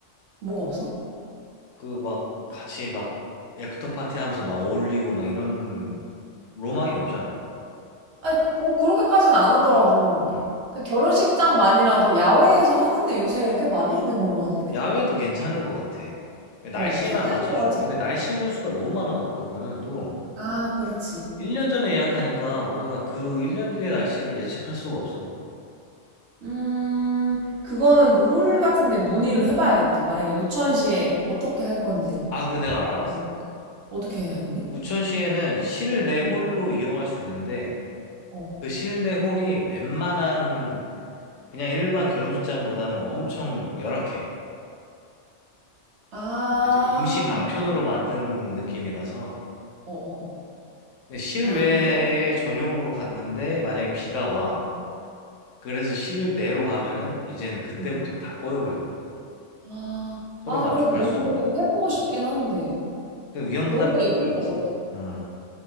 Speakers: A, on the right; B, on the left.
A: 뭐가 없어?
B: 그 막 같이 막 애프터 파티 하면서 막 어울리고 막 이런 로망이 없잖아.
A: 아니, 그- 뭐, 그렇게까지는 안 하더라도,
B: 어.
A: 그 결혼식장만이라도 야외에서 하는데 요새 꽤 많이 있는 걸로 하는데
B: 야외도 괜찮은 것 같아. 날씨만
A: 어, 색다를
B: 맞춰주면.
A: 것 같지
B: 근데
A: 않아?
B: 날씨 변수가 너무 많아갖고 그거는 또
A: 아, 그렇지.
B: 1년 전에 예약하니까 우리가 그 1년 뒤의 날씨를 예측할 수가 없어.
A: 음, 그거는 그 홀 같은데 문의를 해봐야겠다. 만약에 우천시에 어떻게 할 건지.
B: 아, 그 내가 알아봤어.
A: 어. 어떻게 해야 하는데?
B: 우천시에는 실내 홀로
A: 음.
B: 이용할 수 있는데
A: 어.
B: 그 실내 홀이 웬만한 그냥 일반 결혼식장보다는 엄청 열악해.
A: 아,
B: 진짜 임시 방편으로 만든 느낌이라서.
A: 어, 어, 어.
B: 근데 실외에
A: 아, 그래요?
B: 전용으로 갔는데 만약에 비가 와.
A: 음,
B: 그래서 실내로 가면은 이제는 그때부터
A: 음.
B: 다 꼬여버리는 거야.
A: 아,
B: 서로
A: 아,
B: 만족할
A: 그래도 너무
B: 수 없는.
A: 해보고
B: 약간.
A: 싶긴 한데.
B: 그 위험 부담이
A: 너무
B: 조금
A: 예쁠
B: 있지.
A: 것 같아.
B: 응.